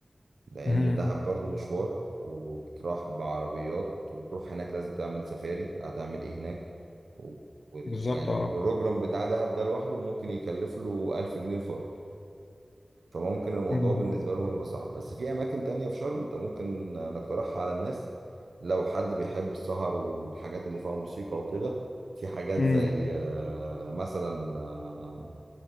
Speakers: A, on the right; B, on the left.
A: لأن
B: امم
A: دهب برضو مشوار وبتروح بعربيات وتروح هناك لازم تعمل سفاري هتعمل ايه هناك و... وال...
B: بالظبط
A: يعني
B: اه
A: البروجرام بتاع دهب ده لوحده ممكن يكلف له 1000 جنيه الفرد فممكن الموضوع
B: امم
A: بالنسبة لهم يبقى صعب بس في أماكن تانية في شرم أنت ممكن نقترحها على الناس لو حد بيحب السهر والحاجات اللي فيها موسيقى وكده في حاجات
B: امم
A: زي آه، مثلا آه،